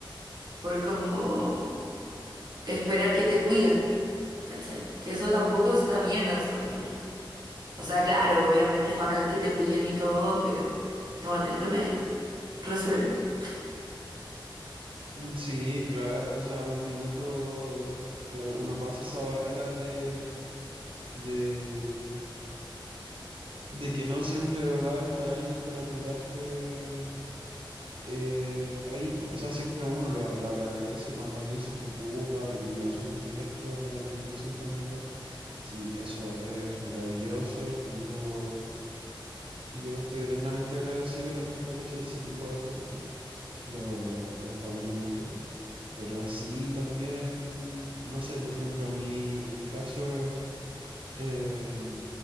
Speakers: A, on the right; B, on the right.
A: por como esperar que te cuiden ¿cachai? Que eso tampoco está bien a esta altura. O sea, claro, obviamente es bacán que te cuiden y todo, pero tómate el remedio, resuelve.
B: Mm, Sí, claro, o sea, en un minuto, claro, uno pasa esa barrera de, de, de que no siempre va a estar alguien para cuidarte eh, ahí, po. O sea, siempre uno lo, lo agradece cuando alguien se preocupa y hace un gesto para que te sientas mejor. Sí, eso es maravilloso y yo, yo estoy eternamente agradecido a la gente que hace ese tipo de gestos. Lo, lo, los valoro mucho. Pero sí, también, no sé, por ejemplo, en mi, en mi caso, eh,